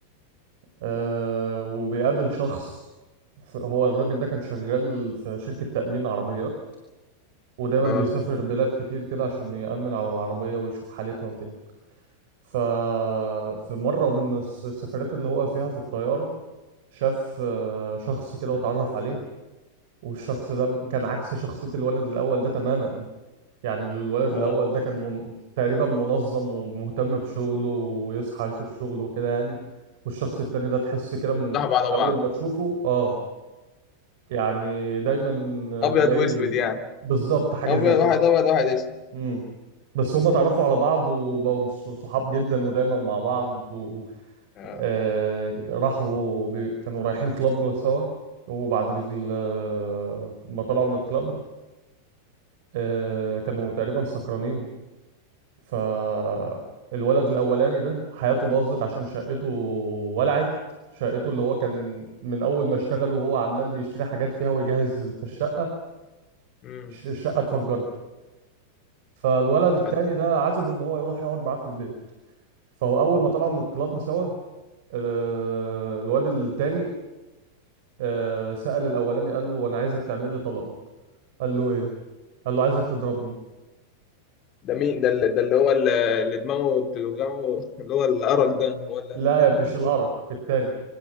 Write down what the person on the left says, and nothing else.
اه
اه
صح بعض
بعض
ابيض
واسود يعني
ابيض
واحد ابيض واحد اسود
آه.
امم
فت-
ده مين ده اللي, ده اللي هو اللي اللي دماغه بتوجعه <laughs> اللي هو الارق ده هو اللي
قال التاني